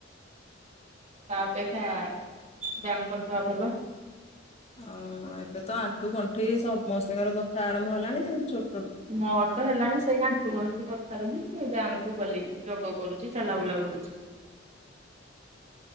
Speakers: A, on the right; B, on the left.
A: <inaudible> ତା ଅପେକ୍ଷା ବ୍ୟାୟାମ କରିଦବା ଭଲ।
B: ଓଁ ଏବେ ତ ଆଣ୍ଠୁ ଗଣ୍ଠି ସମସ୍ତଙ୍କର ବଥା ଆରମ୍ଭ ହେଲାଣି ଯେ ଛୋଟ
A: ମୋର ତ ହେଲାଣି ସେଇ ଆଣ୍ଠୁ ଗଣ୍ଠି କଥାରୁ ହିଁ ବ୍ୟାୟାମ କୁ ଗଲିଣି। ଯୋଗ କରୁଛି ଚାଲାବୁଲା କରୁଛି। <inaudible>